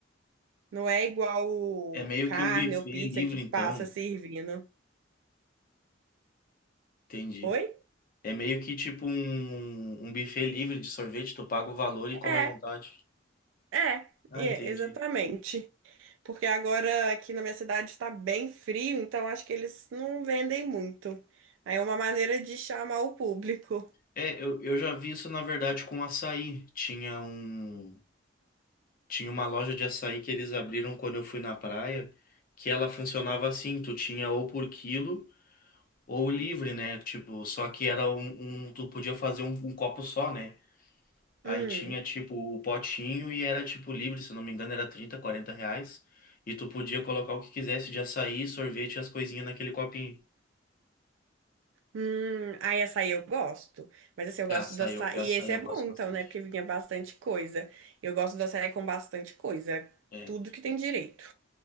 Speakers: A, on the right; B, on the left.
A: Não é igual o
B: É meio
A: carne
B: que um buffet
A: ou pizza
B: livre,
A: que passa
B: então.
A: servindo.
B: Entendi.
A: Oi?
B: É meio que tipo um, um buffet livre de sorvete, tu paga o valor e come
A: É,
B: à vontade.
A: é,
B: Ah,
A: é,
B: entendi.
A: exatamente. Porque agora aqui na minha cidade está bem frio, então acho que eles não vendem muito. Aí é uma maneira de chamar o público.
B: É, eu, eu já vi isso, na verdade, com açaí. Tinha um. Tinha uma loja de açaí que eles abriram quando eu fui na praia, que ela funcionava assim, tu tinha ou por quilo ou livre, né? Tipo, só que era um, um- tu podia fazer um, um copo só, né? Aí
A: Hum,
B: tinha tipo o potinho e era tipo livre, se não me engano, era 30, 40 reais. E tu podia colocar o que quisesse de açaí, sorvete e as coisinhas naquele copinho.
A: hum. Aí açaí eu gosto. Mas assim, eu
B: É,
A: gosto
B: Açaí,
A: do açaí.
B: eu, açaí
A: E esse
B: eu
A: é
B: gosto
A: bom, então,
B: bastante.
A: né? Porque vinha bastante coisa. Eu gosto do açaí com bastante coisa.
B: É,
A: Tudo que tem direito.